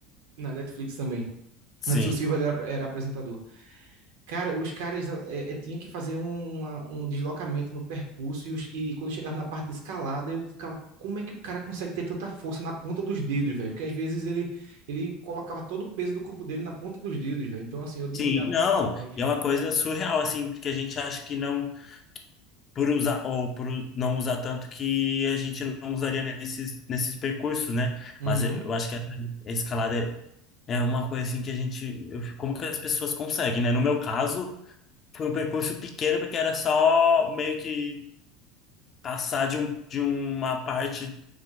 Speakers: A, on the right; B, on the left.
A: na Netflix também.
B: Sim.
A: Anderson Silva ele era, era apresentador. Cara, os caras é, é, tinha que fazer um, uma- um deslocamento no percurso e, os- e quando chegava na parte de escalada, eu ficava, como é que o cara consegue ter tanta força na ponta dos dedos, velho? Porque às vezes ele, ele colocava todo o peso do corpo dele na ponta dos dedos, velho. Então, assim, eu admirava
B: Sim, não.
A: demais.
B: E é uma coisa surreal, assim, porque a gente acha que não, por usar, ou por não usar tanto, que a gente não usaria nesses, nesses percursos, né?
A: Uhum.
B: Mas eu eu acho que essa escalada é, é uma coisa, assim, que a gente. eu fico- como que as pessoas conseguem, né? No meu caso, foi um percurso pequeno, porque era só meio que passar de, um, de uma parte